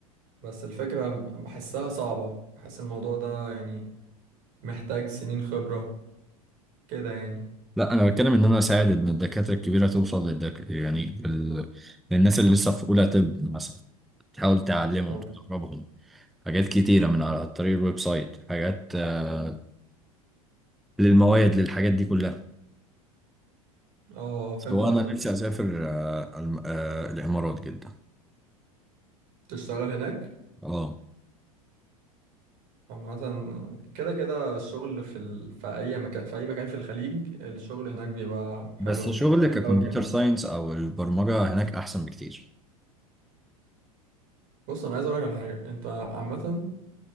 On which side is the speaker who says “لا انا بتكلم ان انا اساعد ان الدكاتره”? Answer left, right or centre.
Centre